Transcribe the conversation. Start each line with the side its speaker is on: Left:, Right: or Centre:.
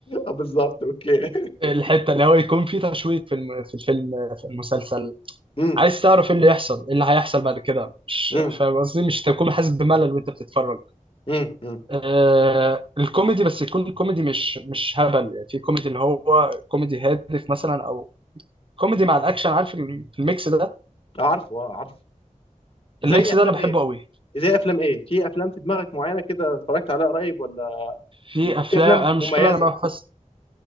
Left: آه، بالظبط اوكي
Right: الحتة اللي هو يكون فيه تشويق في الم... في الفيلم في المسلسل
Left: امم
Right: عايز تعرف ايه اللي يحصل ايه اللي هيحصل بعد كده مش
Left: امم
Right: فاهم قصدي مش تكون حاسس بملل وانت بتتفرج
Left: امم أمم.
Right: آه... الكوميدي بس يكون كوميدي مش مش هبل يعني في كوميدي اللي هو كوميدي هادف مثلا او كوميدي مع الاكشن عارف الم- الميكس ده
Left: عارفه اه عارفه زي
Right: الميكس
Left: افلام
Right: ده انا بحبه
Left: ايه
Right: قوي
Left: زي افلام ايه في افلام في دماغك معينه كده اتفرجت عليها قريب ولا
Right: في افلام
Left: في افلام
Right: انا المشكله
Left: مميزه
Right: انا ما بحفظ